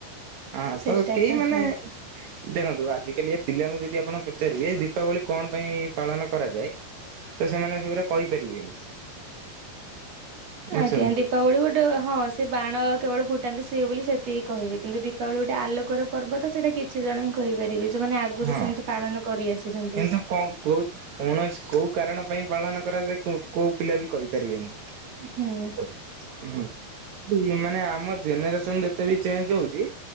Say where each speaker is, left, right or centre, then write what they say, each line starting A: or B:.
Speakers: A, on the right; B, on the right.
A: ହଁ
B: ସେଇଟା
A: ତ କେହି ମାନେ
B: ହଁ
A: ଦେଖନ୍ତୁ ଆଜିକାଲି ଏ ପିଲାଙ୍କୁ ଯଦି ଆପଣ ପଚାରିବେ ଦୀପାବଳି କଣ ପାଇଁ ପାଳନ କରାଯାଏ ତ ସେମାନେ ସେଗୁରା କହିପାରିବେନି। ବୁଝୁଛନ୍ତି
B: ଆଜ୍ଞା ଦୀପାବଳି ଗୋଟେ ହଁ ସେ ବାଣ କେବଳ ଫୁଟାନ୍ତି ସେ ସି ବୋଲି ସେତିକି କହିବେ କିନ୍ତୁ ଦୀପାବଳି ଗୋଟେ ଆଲୋକର ପର୍ବ ତ ସେଟା କିଛି ଜଣ ହିଁ କହିପାରିବେ ଯୋଉମାନେ ଆଗରୁ
A: ହୁଁ
B: ସେମିତି ପାଳନ କରି ଆସିଛନ୍ତି।
A: କିନ୍ତୁ କ କୋଉତୁ କୌଣସି କୋଉ କାରଣ ପାଇଁ ପାଳନ କରାଯାଏ କୋଉ ପିଲା ବି କହିପାରିବେନି।
B: ହୁଁ
A: ମାନେ ଆମ ଜେନେରେସନ ଯେତେ ବି ଚେଞ୍ଜ ହଉଛି